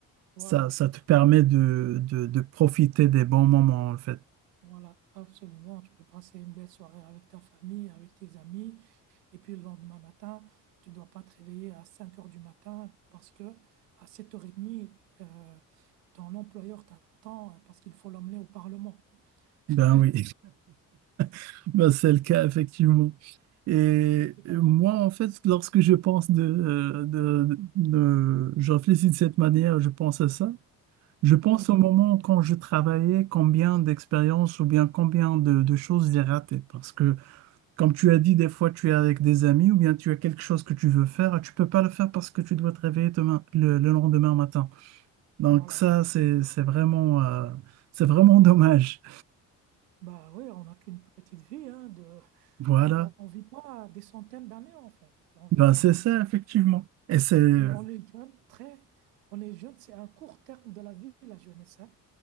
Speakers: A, on the right; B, on the right.
A: Voilà,
B: ça, ça te permet de, de, de profiter des bons moments, en fait.
A: voilà, absolument. Tu peux passer une belle soirée avec ta famille, avec tes amis. Et puis le lendemain matin, tu dois pas te réveiller à 5 heures du matin parce que à sept heures 30 euh, ton employeur t'attend parce qu'il faut l'emmener au Parlement. <laughs>
B: Ben oui, <laughs> ben c'est le cas, effectivement. Et
A: Tu comprends?
B: moi, en fait, lorsque je pense de, de, de, je réfléchis de cette manière, je pense à ça. Je pense
A: Ouais,
B: au moment quand je travaillais, combien d'expériences ou bien combien de, de choses j'ai ratées. Parce que, comme tu as dit, des fois, tu es avec des amis ou bien tu as quelque chose que tu veux faire, tu peux pas le faire parce que tu dois te réveiller demain, le le lendemain matin. Donc
A: voilà.
B: ça, c'est, c'est vraiment, euh, c'est vraiment dommage.
A: Bah ouais, on n'a qu'une petite vie, hein, de...
B: Voilà.
A: <laughs> on ne vit pas des centaines d'années en fait. On vit,
B: Ben,
A: on
B: c'est
A: vit...
B: ça, effectivement. Et c'est euh,
A: Et on est jeune, très... On est jeune, c'est un court terme de la vie, la jeunesse. hein.